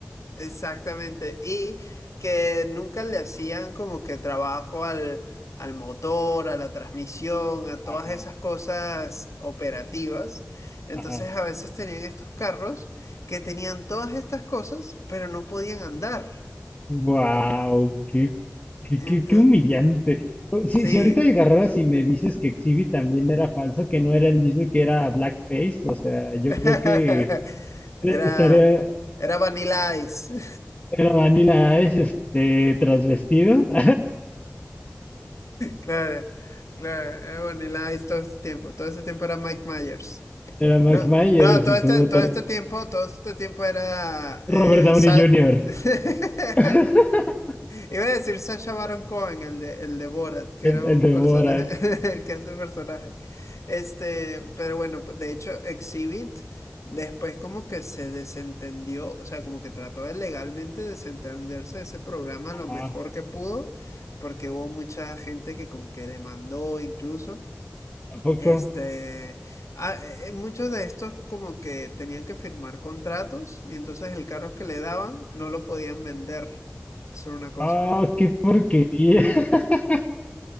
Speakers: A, on the left; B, on the left.
A: Exactamente. Y que nunca le hacían como que trabajo al, al motor, a la transmisión, a todas
B: Ajá,
A: esas cosas operativas. Entonces
B: ajá.
A: a veces tenían estos carros que tenían todas estas cosas, pero no podían andar.
B: Wow, qué, qué,
A: Entonces,
B: qué, qué humillante. No, Si,
A: sí.
B: si ahorita agarraras y me dices que Exhibit también era falso, que no era el mismo y que era blackface, o sea, yo
A: <laughs>
B: creo que eh,
A: Era,
B: estaría,
A: era Vanilla Ice. <laughs>
B: era Vanilla Ice, este, transvestido. <laughs>
A: Claro, claro, era Vanilla Ice todo este tiempo. Todo este tiempo era Mike Myers.
B: Era Mike
A: No,
B: Myers
A: no, todo
B: en
A: este,
B: su motor.
A: todo este tiempo, todo este tiempo era eh,
B: Robert Downey
A: Sa-
B: Jr.,
A: <laughs>
B: <laughs>
A: Iba a decir Sacha Baron Cohen, el de, el de Borat, que
B: el,
A: era
B: el
A: un
B: de
A: personaje,
B: Borat.
A: <laughs> el que hace personaje. Este, pero bueno, de hecho, Exhibit después como que se desentendió, o sea, como que trató de legalmente desentenderse de ese programa
B: Ah,
A: lo mejor que pudo, porque hubo mucha gente que como que demandó incluso.
B: ¿a poco?
A: Este, ah, eh, eh, muchos de estos como que tenían que firmar contratos y entonces el carro que le daban no lo podían vender. Eso era una cosa.
B: Ah, qué porquería. <laughs>